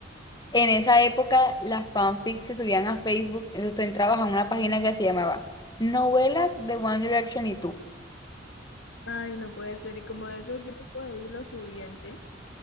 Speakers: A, on the left; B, on the left.
A: en esa época las fanfics se subían a Facebook, entonces tú entrabas a una página que se llamaba Novelas de One Direction y tú.
B: Ay, no puede ser. Y como de esos grupos ahí lo subían, ¿qué?